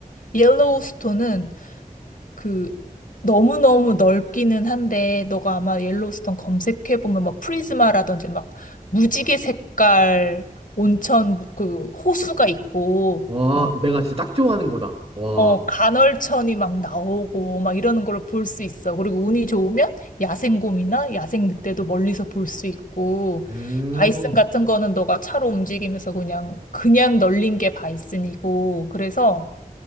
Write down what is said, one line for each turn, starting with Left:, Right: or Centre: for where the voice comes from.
Left: 옐로우스톤은 그 너무너무 넓기는 한데 너가 아마 옐로우스톤 검색해 보면 막 프리즈마라든지 막 무지개 색깔 온천 무- 그 호수가 있고
Right: 와
Left: 막
Right: 내가 진짜 딱 좋아하는 거다. 와,
Left: 어, 간헐천이 막 나오고 막 이러는 걸 볼 수 있어. 그리고 운이 좋으면 야생곰이나 야생 늑대도 멀리서 볼 수 있고
Right: 음,
Left: 바이슨 같은 거는 너가 차로 움직이면서 그냥 그냥 널린 게 바이슨이고 그래서